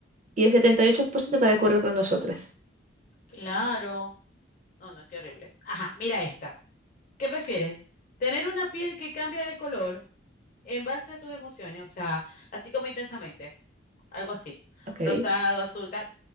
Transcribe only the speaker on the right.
Y el 78% está de acuerdo con nosotras.
Ok.